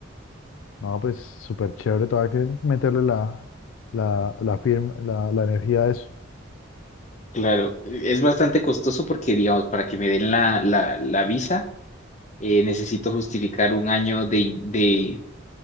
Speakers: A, on the left (about 75°); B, on the left (about 35°).
A: No, pues súper chévere, todavía hay que meterle la, la, la, firma, la, la energía a eso.
B: Claro, es bastante costoso porque, digamos, para que me den la, la, la visa, eh, necesito justificar un año de, in- de,